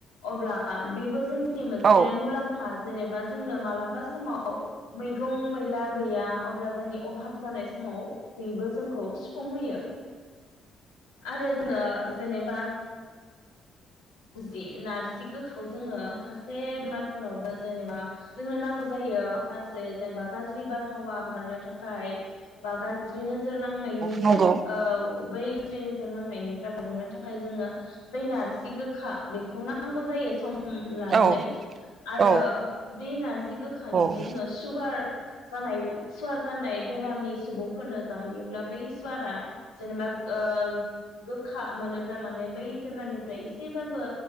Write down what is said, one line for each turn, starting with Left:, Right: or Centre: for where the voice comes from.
Left: अब्ला बेबो जों नि मोनसे
Right: औ नंगौ औ
Left: मुलाम्फा जेनेबा जोंनो मालाबा समाव मैगं मैला गैया अब्ला जोंनि अभाब जानाय समाव बेबो जोंखौ संहयो आरो जोंङो जेनेबा जि नारजि गोखाव जि जोंङो माखासे बेमारफोरावबो जेनेबा जोंनो नांगौ जायो माखासे जेनेबा गाज्रि बारहावा हंगारनो थाखाय बा गा गाज्रि नोजोर नांनायनिफ्राय
Right: नंगौ
Left: औ बै गाज्रि नोजोर नांनायनिफ्राय बारग'नो थाखाय जोंङो बै नारजि गो खा बेखौ नांगौ जायो सम उम्म लानानै
Right: औ औ
Left: आरो
Right: औ
Left: बे नारजि गोखानिफ्राय
Right: औ
Left: जोंङो सुगार जानाय सुवार जानाय बेरामि सुबुंफोरनो जाहोयोब्ला बै सुवारा जेनेबा ओ गोखा मोनोब्ला माने बै बेमारनिफ्राय एसेबाबो